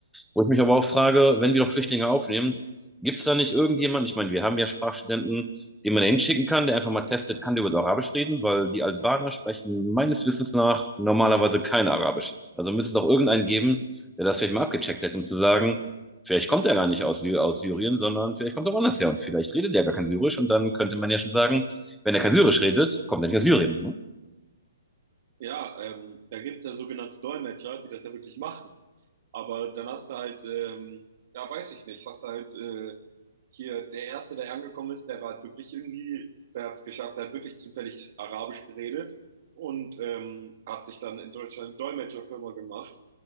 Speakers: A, in the centre; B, on the right.
A: Wo ich mich aber auch frage, wenn wir doch Flüchtlinge aufnehmen, gibt es da nicht irgendjemanden, ich meine, wir haben ja Sprachstudenten, den man da hinschicken kann, der einfach mal testet, kann der über Arabisch reden, weil die Albaner sprechen meines Wissens nach normalerweise kein Arabisch. Also müsste es auch irgendeinen geben, der das vielleicht mal abgecheckt hätte, um zu sagen, vielleicht kommt er gar nicht aus, Sy- aus Syrien, sondern vielleicht kommt er woanders her und vielleicht redet er gar kein Syrisch und dann könnte man ja schon sagen, wenn er kein Syrisch redet, kommt er nicht aus Syrien.
B: Ja, ähm, da gibt es ja sogenannte Dolmetscher, die das ja wirklich machen. Aber dann hast du halt, ähm, ja, weiß ich nicht, hast du halt äh, hier, der Erste, der angekommen ist, der war halt wirklich irgendwie, der hat es geschafft, der hat wirklich zufällig Arabisch geredet und ähm, hat sich dann in Deutschland eine Dolmetscherfirma gemacht.